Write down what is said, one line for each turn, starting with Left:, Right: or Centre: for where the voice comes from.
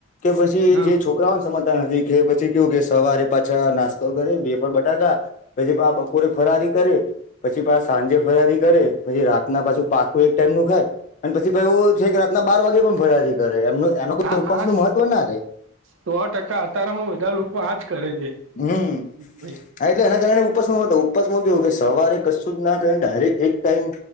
Left: કે પછી
Right: હા
Left: જે છો છોકરાઓ સમજતા નથી કે પછી કેું કે સવારે પાછા નાસ્તો કર બેફર બટાકા. પછી બા બપોરે ફરારી કરે. પછી બા સાંજે ફરારી કરે પહી રાતના પાછું પાકું એક ટાઈમ નું ખાય. અને પછી ભાઈ એ છે કે રાતના બાર વાગે પણ ફળથી કરે એમ એનો
Right: હા
Left: ઉપાસનું
Right: આ
Left: મહત્વ ના રહેે.
Right: સો ટકા અતારામાં બધાં લોકો આજ કરે છે.
Left: હમ.
Right: ભાઈ
Left: હા, એટલે એના કારણે ઉપસમાં ઉપસમાં કેવું કે સવારે કશું જ ના કર ડાયરેક્ટ એક ટાઈમ